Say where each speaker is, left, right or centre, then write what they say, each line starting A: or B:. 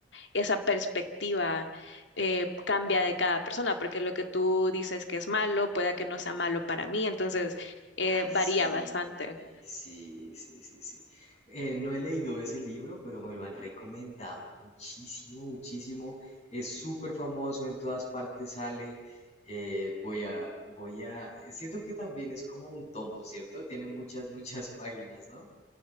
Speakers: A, on the left; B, on the left.
A: esa perspectiva eh, cambia de cada persona, porque lo que tú dices que es malo, pueda que no sea malo para mí, entonces
B: Ay,
A: eh, varía
B: sí,
A: bastante.
B: sí, sí, sí, sí. Eh, no he leído ese libro, pero me lo han recomendado muchísimo, muchísimo. Es súper famoso, en todas partes sale. Eh, voy a, voy a. Siento que también es como un tomo, ¿cierto? Tiene muchas, muchas páginas, ¿no?